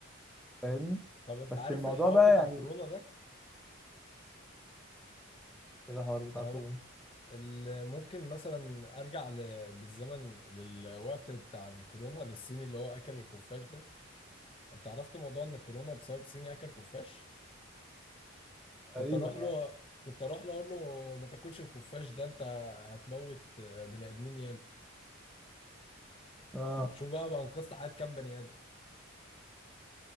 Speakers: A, in the centre; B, on the left.
A: فاهمني
B: طب انت
A: بس
B: عارف
A: الموضوع
B: الحوار
A: بقى
B: بتاع
A: يعني
B: كورونا ده
A: إيه الحوار بتاع
B: انا
A: كورونا
B: ال- ممكن مثلا ارجع ل- بالزمن للوقت بتاع الكورونا للصيني اللي هو اكل الخفاش ده انت عرفت موضوع ان الكورونا بسبب صيني اكل خفاش
A: تقريبا
B: كنت اروح
A: يعني
B: له كنت اروح له اقول له ما تاكلش الخفاش ده انت هتموت بني ادمين ياما
A: اه
B: شوف بقى بقى انقذت حياة كام بني ادم